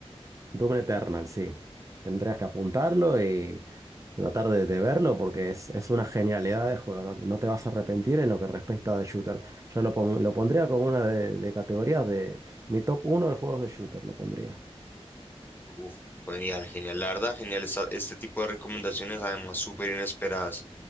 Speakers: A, on the right (about 30°); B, on the left (about 20°).
A: Doom Eternal, sí. Tendrías que apuntarlo y tratar de, de verlo porque es, es una genialidad de juego. No, no te vas a arrepentir en lo que respecta de shooter. Yo lo, pon- lo pondría como una de, de categorías de mi top uno de juegos de shooter, lo pondría.
B: Uf, genial, genial, la verdad, genial esta- este tipo de recomendaciones, además súper inesperadas.